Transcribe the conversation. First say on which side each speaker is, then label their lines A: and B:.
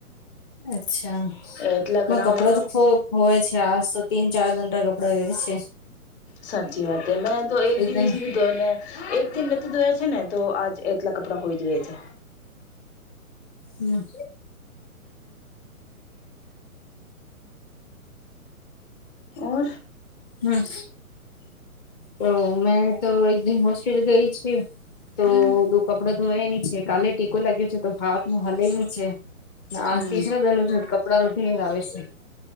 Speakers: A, on the left (about 15°); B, on the left (about 45°).
A: અચ્છા,
B: એટલા ગરામાં
A: કપડા તો ખો હોય છે, આજ તો તીન-ચાર દંડા કપડાં એ છે.
B: સાચી વાત. હ, મેં તો એક
A: એકદમ
B: દિન તો એક દિન નથી ધોયા છે ને, તો આજ એટલા કપડાં હોઈ જાય છે.
A: હમ.
B: ઓર
A: હૂં. તો મેં તો એક દન હોસ્પિટલ ગઈ છી. તો
B: હમ
A: દ કપડો ધોય ન છે, કાલે ટીકો લાગ્યો છે, તો હાથમાં હલે છે. આ
B: હમ
A: ત્રીસરા દન છ કપડાનું ઢેર આવે છે <unintelligible>